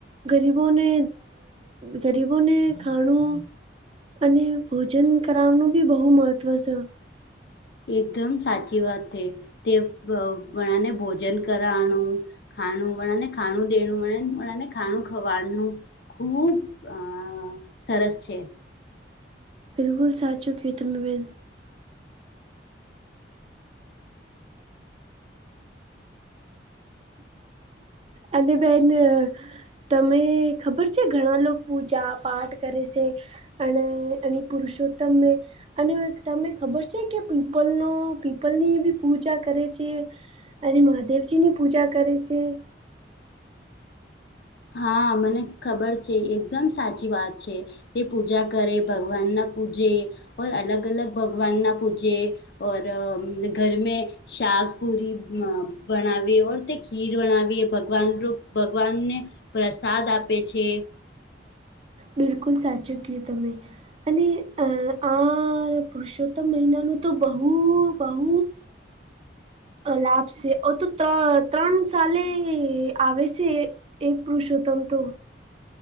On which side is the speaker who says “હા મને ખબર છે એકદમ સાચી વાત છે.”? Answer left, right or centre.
Left